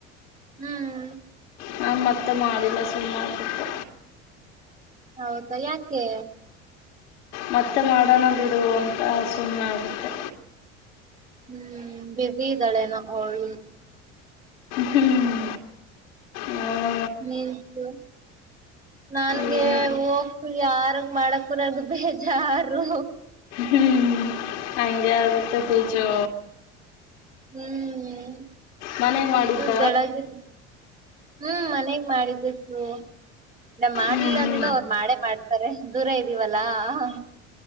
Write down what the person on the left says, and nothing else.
ನಾನ್ ಮತ್ತೆ ಮಾಡಿಲ್ಲ ಸುಮ್ನಾಗ್ಬುಟು
ಮತ್ತೆ ಮಾಡೋಣ ಬಿಡುವಂತ ಸುಮ್ಮನ್ಗುತ್ತೆ.
ಹ್ಮ್. ಹ
ಏನು
ಹ್ಮ್ ಹಂಗೆ ಆಗುತ್ತೆ ತೇಜು
ಮನೆಗೆ ಮಾಡಿದ್ದ
ಹ್ಞೂ ಹ್ಞೂ